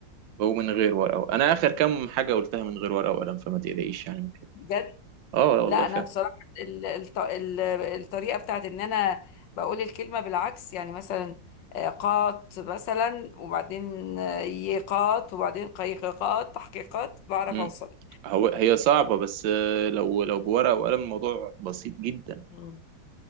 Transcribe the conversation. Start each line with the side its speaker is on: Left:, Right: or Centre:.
Right: ومن غير ورقة انا اخر كام حاجة قلتها من غير ورقة وقلم فما تقلقيش يعني
Left: بجد
Right: اه لا والله
Left: لا
Right: فعلا
Left: انا بصراحه ال- الط- ال- الطريقه بتاعت ان انا بقول الكلمه بالعكس يعني مثلا آه، قات مثلا وبعدين آه، يقات وبعدين قيققات تحقيقات بعرف
Right: مم.
Left: اوصل
Right: هو هي صعبة بس آه، لو لو بورقة وقلم الموضوع بسيط جدا
Left: مم.